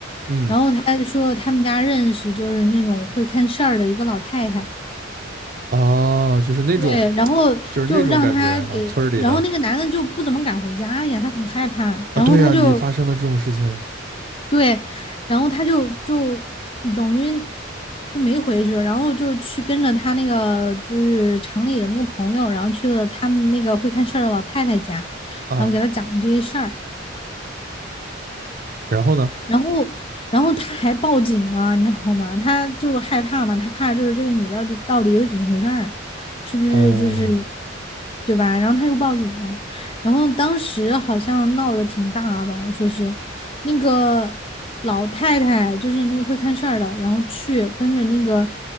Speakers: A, on the right; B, on the left.
A: 嗯
B: 然后他说他们家认识就是那种会看事儿的一个老太太。
A: 啊，就是那种
B: 对，然后就让他给，
A: 就是那种感觉啊，村儿里的
B: 然后那个男的就不怎么敢回家了呀，他很害怕，
A: 啊，
B: 然后他就
A: 对呀，你发生了这种事情
B: 对，然后他就就等于就没回去，然后就去跟着他那个就是厂里的那个朋友，然后去了他们那个会看事儿的老太太家，
A: 啊，
B: 然后给他讲这些事儿，
A: 然后呢？
B: 然后，然后他还报警了，你知道吗？他就是害怕嘛，他怕就是这个女的到底到底是怎么回事儿，是不是就是
A: 哦，
B: 对吧？然后他又报警了，然后当时好像闹得挺大的，说是那个老太太就是那个会看事儿的，然后去跟着那个。